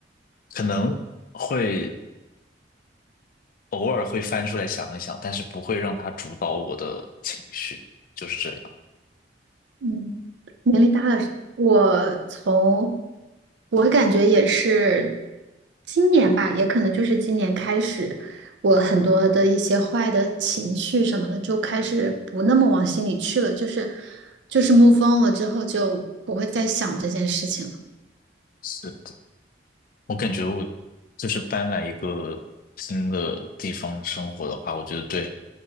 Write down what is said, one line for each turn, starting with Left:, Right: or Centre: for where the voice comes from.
Left: 可能会偶尔会翻出来想一想，但是不会让它主导我的情绪，就是这样。
Right: 嗯，年龄大了是，我从我感觉也是今年吧，也可能就是今年开始，我很多的一些坏的情绪什么的就开始不那么往心里去了，就是就是 move on 了之后就不会再想这件事情了。
Left: 是的，我感觉我就是搬来一个新的地方生活的话，我觉得对